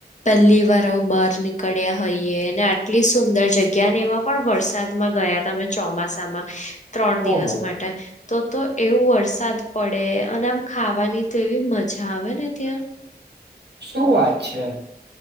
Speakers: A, on the left (about 45°); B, on the right (about 80°).
A: પહેલી વાર આવું બહાર નીકળ્યા હોઈએ, આટલી સુંદર જગ્યા ને એમાં પણ વરસાદમાં ગયા, તા અમે ચોમાસામાં ત્રણ દિવસ
B: ઓહો!
A: માટે, તો તો એવું વરસાદ પડે અને આમ ખાવાની તો એવી મજા આવે ને ત્યાં
B: શું વાત છે,